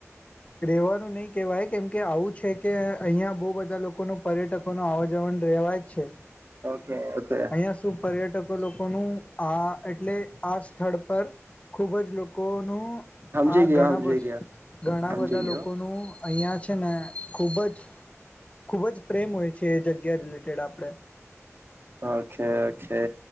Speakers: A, on the left; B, on the right.
A: રેવાનું નહી કેવાય કેમ કે આવું છે કે અહિયાં બહુ બધા લોકો ન પર્યટકો અવાજ જવન રહેેવાય જ છે.
B: કે ઓકે.
A: અહીંયા શું પર્યટકો લોકોનું આ એટલે આ સ્થળ પર ખૂબ જ લોકોનું
B: સમજી
A: હ
B: ગયો
A: ઘણા
B: સમજી ગયો
A: ઘણા
B: સમજી
A: બધા
B: ગયો
A: લોકોનું અહિયાં છેને ખુબ જ ખુબ જ પ્રેમ હોય છે જગ્યા રિલેટેડ આપણેે.
B: Okay okay.